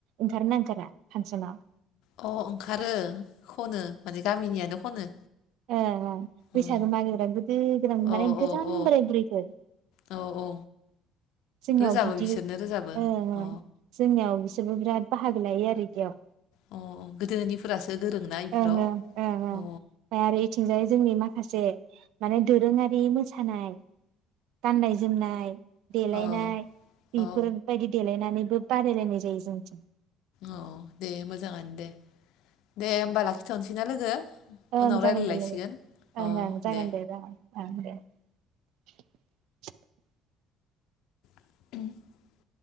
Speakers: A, on the right; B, on the left.
A: ओंखारगोना ओंखारा फांसनाव?
B: अ ओंखारो खनो माने गामिनियानो खनो।
A: ए बैसागो
B: उम
A: मागायग्रा गोदो गोदान
B: औ
A: माने गोजाम
B: औ
A: बोराय बुरैखो
B: औ औ
A: जोंनियाव
B: रोजाबो
A: बिदि
B: बिसोरनो रोजाबो
A: ओ ओ
B: अ
A: जोंनियाव बिराद बाहागो लायो आरो इदियाव
B: अ गोदोनिफोरासो गोरोंना इफोराव
A: ओं ओं ओं ओं
B: अ
A: आरो इथिंजाय जोंनि मा खासे माने दोरोङारि मोसानाय गाननाय जोमनाय। देलायनाय
B: अ
A: बेफोरबायदि
B: अ
A: देलायनानै बादाय लायनाय जायो जोंनिथिं
B: औ दे मोजां दे। दे होमबा लाखिथ'नोसैनो लोगो
A: ओं
B: उनाव रायज्लाय
A: जागोन
B: लायसिगोन
A: दे लोगो ओं
B: अ
A: ओं जागोन
B: दे।
A: जागोन ओं <inaudible>
B: <inaudible>